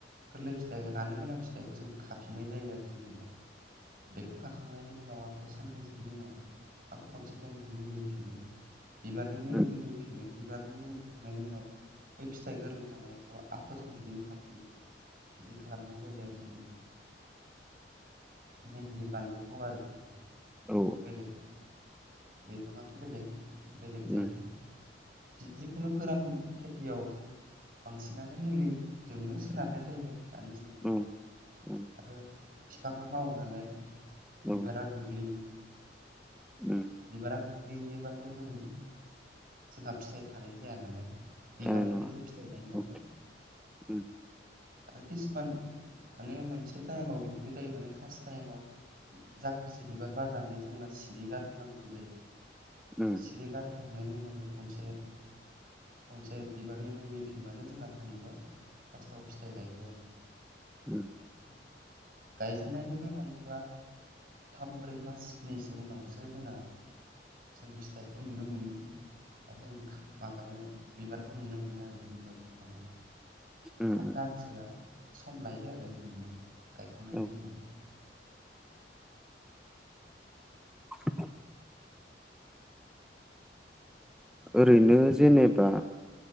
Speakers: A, on the right (about 50°); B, in the centre.
A: गोरलै फिथाइ राननो गोनां फिथाइखौ जों खाफिननाय जायो आरो जेनेबा। बेखौ खाखांनायनि उनाव आंखौ साननैसोनि उनाव आख खनसेजों मुलि होफिनो। बिबारनिनो
B: उम,
A: मुलि होफिनो बिबारनि मुलि फनायनि उनाव ब फिथाइ गोरलै थानायखौ आखौ जों बिदिनो खाफिनो बिदि खालामनाय जायो आरो। ज मइनलि बानलुखौ आरो जेनेबा
B: औ
A: बेलेग बिफाङाथ' बेलेग बेलेग
B: उम,
A: जायो। जिखुनु गोरान खेथियाव बांसिनानो मुलिजोंनो सोनारनाय जायो। दानि
B: औ औ औ
A: <inaudible> आगलि
B: उम।
A: बिबारा गोल्गौयोबाथ' जों जोंहा फिथाइ थानाय जाया नालाय बिबारनिफ्रायसो
B: जानाय नङा
A: फि थायो नालाय
B: औ उम
A: आरो किसुमान माने मोनसे टाइमाव बिदिबो जायो माने फार्स्ट टाइमाव जाख्रिसे बिबार बारनानै जोंना सिरि गारहोनांगौ जायो
B: उम
A: सिरिगार थांनायनि उनाव जों खनसे खनसे बिबारनि मुलि फिब्लानो जोंना फानलुआ फार्स्टआव फिथाइ लायो आरो।
B: उम
A: <inaudible> गायजेननायनिफ्राय बानलुआ थाम ब्रै मासनिसो उनावसो जोंना <inaudible> द जों माबानो बिबारखौ नुनो मोनो आरो जेनबा बिफाङाव
B: उम
A: थाम
B: उम
A: दानसोआ सम लायो आरो जेनेबा गायखांनायनि
B: ओ
A: उनाव
B: <inaudible> ओरैनो जेनेबा